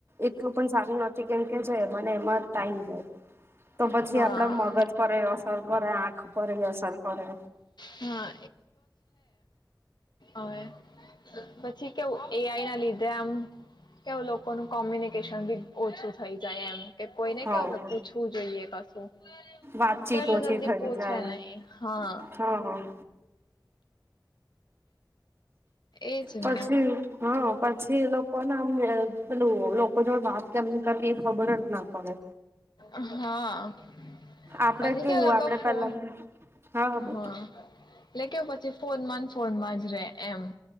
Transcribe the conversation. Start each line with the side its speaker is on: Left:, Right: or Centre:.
Right: એટલું પન સારું નથી, કેમ કે જો એમાને એમાં જ ટાઈમ જાય. તો
Left: હા
Right: પછી આપડા મગજ પર એ અસર કરે આંખ પરેય અસર કરે.
Left: હા અવે પછી કેવું એ આઈ આ લીધે આમ કેવું લોકોનું કોમ્યુનિકેશન બી ઓછું થઈ જાય એમ કે કોઈને
Right: હા
Left: કેવુ આપડે પૂછવું જોઈએ કશું.
Right: વાતચીત
Left: કોઈલું
Right: ઓછી
Left: જલ્દી
Right: થઈ
Left: પૂછાય
Right: જાય
Left: નહી, હાં.
Right: હા
Left: એજ
Right: પછી
Left: ને
Right: હાં પ છી લોકોને અમને પેલું લોકો જોડ વાત કેમ કરવી એ ખબર જ ના પડે.
Left: હા.
Right: આપડે
Left: પછી
Right: કેવું
Left: કેવ લગ
Right: આપડે
Left: ફો
Right: પેલા હા બોલ
Left: હા લ કે. ફોનમાંન ફોનમાં જ રે એમ.